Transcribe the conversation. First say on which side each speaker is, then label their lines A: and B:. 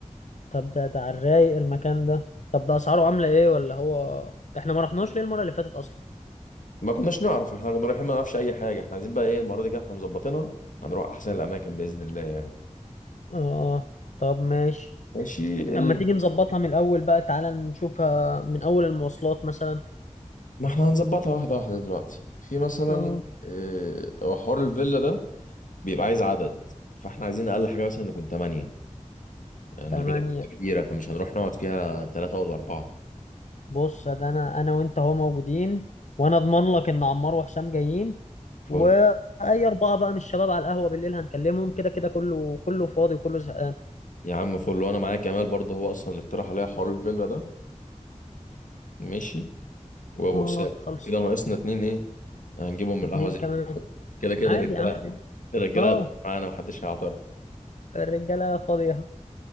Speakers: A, on the left; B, on the left.
A: طب ده ده على الرايق المكان ده طب ده اسعاره عاملة ايه ولا هو احنا ما رحناش ليه المرة اللي فاتت اصلا
B: ما كناش نعرف احنا كنا رايحين ما نعرفش اي حاجه احنا عايزين بقى ايه المره دي كده احنا مظبطينها هنروح احسن الاماكن باذن الله يعني
A: اه طب ماشي
B: ماشي اللي...
A: طب ما تيجي نظبطها من الأول بقى تعالى نشوفها من أول المواصلات مثلا
B: ما احنا هنظبطها واحده واحده دلوقتي في مثلا
A: اه
B: إيه، هو حوار الفيلا ده بيبقى عايز عدد فاحنا عايزين اقل حاجه مثلا نكون ثمانيه يعني
A: تمانية
B: الفيلا بتبقى كبيره فمش هنروح نقعد فيها ثلاثه ولا اربعه
A: بص ده أنا أنا وأنت أهو موجودين وأنا أضمن لك إن عمار وحسام جايين
B: فل
A: وأي أربعة بقى من الشباب على القهوة بالليل هنكلمهم كده كده كله كله فاضي وكله زهقان
B: يا عم فل وانا معايا كمال برضه هو اصلا اللي اقترح عليا حوار الفيلا ده ماشي وابو
A: اه
B: اسامه
A: خلص
B: كده ناقصنا اتنين ايه هنجيبهم من
A: اتنين
B: القهوه زي
A: كمان
B: ما أنت قلت. كده كده
A: عادي
B: الرجاله
A: يا عم
B: الرجاله
A: اه
B: هتضيف معانا محدش هيعترض
A: الرجالة فاضية